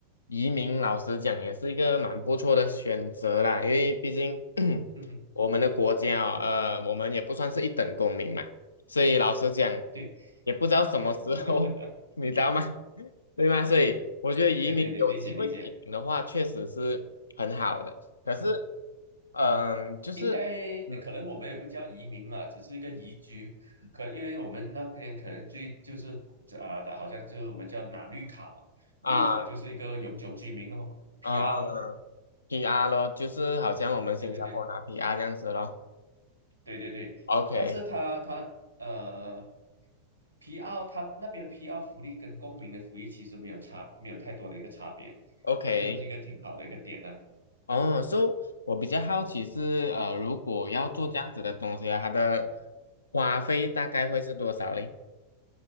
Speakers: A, on the left (about 75°); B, on the right (about 85°).
A: 移民老实讲也是一个蛮不错的选择啦，因为毕竟 <clears throat>
B: 嗯哼
A: 我们的国家哦，呃，我们也不算是一等公民嘛，所以老实讲
B: 对
A: 也不知道什么时候，
B: <laughs>
A: <laughs> 你知道吗？<laughs> 对吗？所以我觉得移民有机会移民的话，
B: 对对对，理解理解。
A: 确实是很好的。
B: 嗯，
A: 可是，嗯、就是嗯，
B: 应该呃可能我们也不叫移民嘛，只是一个移居。可因为我们那边可能最就是啊、的好像就是我们叫拿绿卡嘛，
A: 啊
B: 绿卡就是一个永久居民咯，PR
A: 啊，呃 PR 咯，就是好像我们新加坡拿
B: 对对对
A: PR 这样子咯。
B: 对对对，
A: OK
B: 但是他他呃 PR 他那边的 PR 福利跟公民的福利其实没有差，没有太多的一个差别，
A: OK，
B: 这就是一个挺好的一个点呢、
A: 哦，so 我比较好奇是，呃，如果要做这样子的东西啊，
B: 嗯哼，
A: 它的花费大概会是多少嘞？